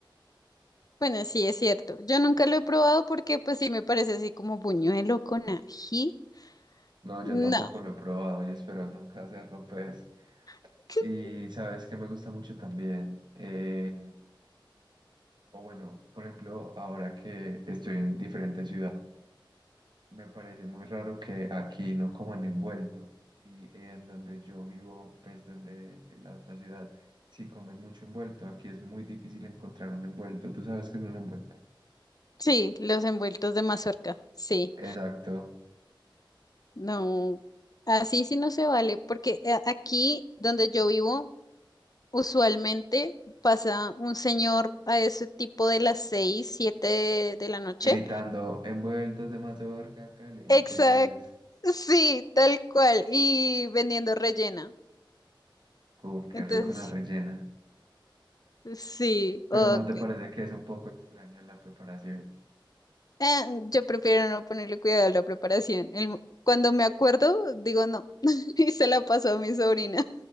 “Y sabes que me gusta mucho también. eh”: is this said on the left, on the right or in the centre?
Right